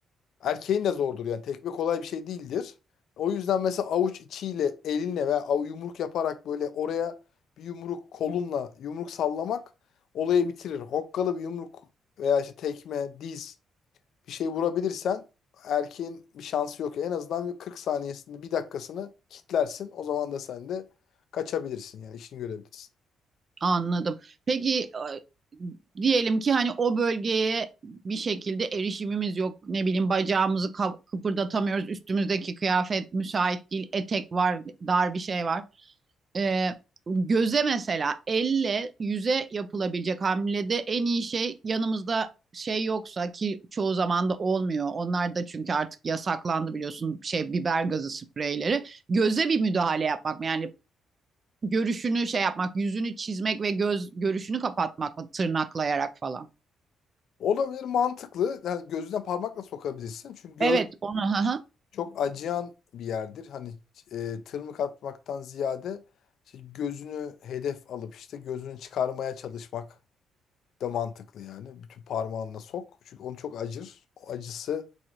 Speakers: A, on the left; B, on the right.
A: erkeğin de zordur. Yani tekme kolay bir şey değildir. O yüzden mesela avuç içiyle elinle veya av- yumruk yaparak böyle oraya bir yumruk kolunla yumruk sallamak olayı bitirir. Hokkalı bir yumruk veya işte tekme, diz bir şey vurabilirsen erkeğin bir şansı yok. En azından bir 40 saniyesinde bir dakikasını kitlersin. O zaman da sen de kaçabilirsin yani işini görebilirsin.
B: Anladım. Peki e, diyelim ki hani o bölgeye bir şekilde erişimimiz yok. Ne bileyim bacağımızı kap- kıpırdatamıyoruz. Üstümüzdeki kıyafet müsait değil. Etek var, dar bir şey var. E, göze mesela elle yüze yapılabilecek hamlede en iyi şey yanımızda şey yoksa ki çoğu zaman da olmuyor. Onlar da çünkü artık yasaklandı biliyorsun şey biber gazı spreyleri. Göze bir müdahale yapmak yani görüşünü şey yapmak, yüzünü çizmek ve göz görüşünü kapatmak mı tırnaklayarak falan?
A: Olabilir mantıklı. Yani gözüne parmakla sokabilirsin. Çünkü göz
B: Evet, onu. hı hı.
A: çok acıyan bir yerdir. Hani e, tırmık atmaktan ziyade işte gözünü hedef alıp işte gözünü çıkarmaya çalışmak da mantıklı yani. Bütün parmağınla sok. Çünkü onu çok acır. O acısı